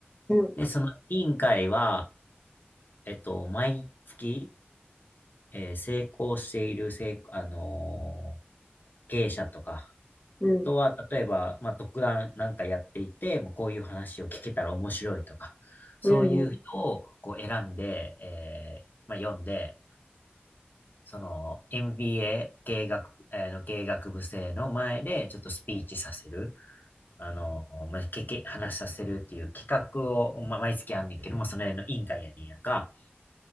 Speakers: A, on the left (about 20°); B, on the left (about 50°).
A: うん、
B: で、その委員会は、えっと、毎月、えー成功している、成、あのー経営者とか、
A: うん、
B: あとは、例えば、まあ、特段なんかやっていて、もうこういう話を聞けたら面白いとか、そういう人をこう選んで、
A: うん、うん、
B: えーまあ、読んで、その n b a 経営学、えーの経営学部生の前でちょっとスピーチさせる、あの、まあ、けけ、話させるっていう企画を、まあ、毎月あんねんけど、まあ、その辺の委員会やねんやんか。